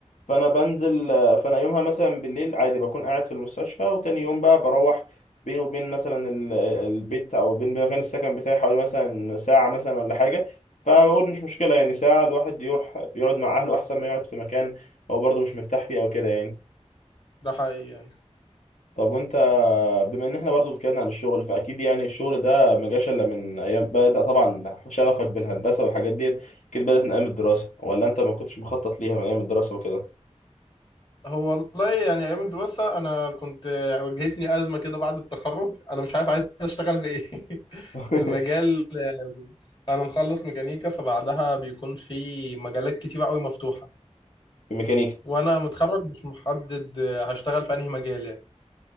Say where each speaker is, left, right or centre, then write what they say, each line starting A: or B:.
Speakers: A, on the left; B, on the left.
A: فانا بنزل فانا يومها مثلا بالليل عادي بكون قاعد في المستشفى وتاني يوم بقى بروح بيني وبين مثلا ال- البيت او بين مكان السكن بتاعي حوالي مثلا ساعة مثلا ولا حاجة فبقول مش مشكلة يعني ساعة الواحد يروح يقعد مع اهله احسن ما يقعد في مكان هو برضه مش مرتاح فيه او كده يعني
B: ده حقيقي يعني.
A: طب وانت بما ان احنا برضه اتكلمنا عن الشغل فاكيد يعني الشغل ده ما جاش الا من ايام بدأ طبعا شغفك بالهندسة والحاجات ديت كده بدأت من ايام الدراسة ولا انت ما كنتش مخطط ليها من ايام الدراسة وكده
B: هو والله يعني ايام الدراسه انا كنت واجهتني ازمه كده بعد التخرج انا مش عارف عايز اشتغل في ايه <laughs>
A: <laughs>
B: المجال انا مخلص ميكانيكا فبعدها بيكون في مجالات كتير قوي مفتوحه
A: في ميكانيكا
B: وانا متخرج مش محدد هشتغل في انهي مجال يعني